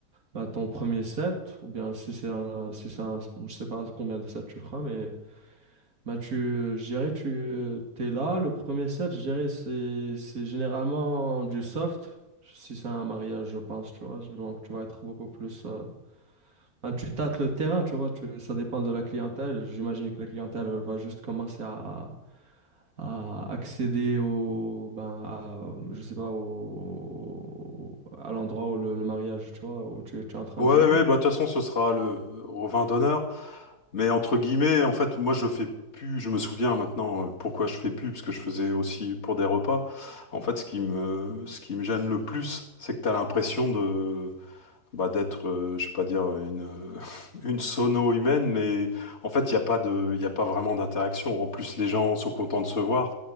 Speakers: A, on the right (about 65°); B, on the left (about 45°).
A: ben, ton premier set, ou bien si c'est un, si c'est un, je sais pas combien de sets tu feras, mais. Ben tu, euh, je dirais, tu es là. Le premier set, je dirais, c'est c'est généralement du soft, si c'est un mariage, je pense, tu vois. Donc, tu vas être beaucoup plus. euh, ben, tu tâtes le terrain, tu vois. Tu, ça dépend de la clientèle. J'imagine que la clientèle, elle va juste commencer à, à accéder au, ben, à, je sais pas, au, à l'endroit où le, le mariage, tu vois, où tu, tu es en train
B: Ouais,
A: de jouer.
B: ouais, bah, de toute façon, ce sera le, au vin d'honneur. Mais entre guillemets, en fait, moi, je fais plus, je me souviens maintenant euh, pourquoi je fais plus, parce que je faisais aussi pour des repas. En fait, ce qui me, ce qui me gêne le plus, c'est que t'as l'impression de, bah, d'être, euh, je sais pas dire une, <laughs> une sono humaine, mais en fait, il n'y a pas de, il y a pas vraiment d'interaction. En plus, les gens sont contents de se voir.